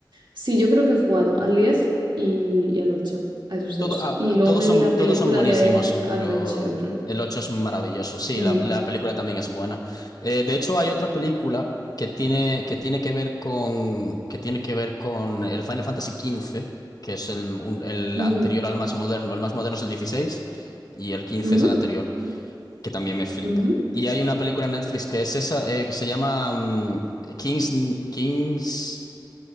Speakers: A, on the right; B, on the left.
A: Sí, yo creo que he jugado al 10 y, y al ocho a esos
B: Todo,
A: dos.
B: ah,
A: Y
B: ah,
A: luego
B: todos
A: me
B: son,
A: vi la
B: todos
A: película
B: son buenísimos,
A: de eh, Advent
B: pero
A: Children.
B: el 8 es maravilloso. Sí,
A: Mm,
B: la, la película también es buena. Eh, de hecho, hay otra película que tiene, que tiene que ver con, que tiene que ver con el Final Fantasy quince, que es el, un- el
A: ujú,
B: anterior al más moderno. El más moderno es el 16 y el quince
A: ujú,
B: es el anterior. que también me flipa.
A: ujú,
B: Y hay una película en Netflix que es esa, eh, que se llama mm, Kings, Kings,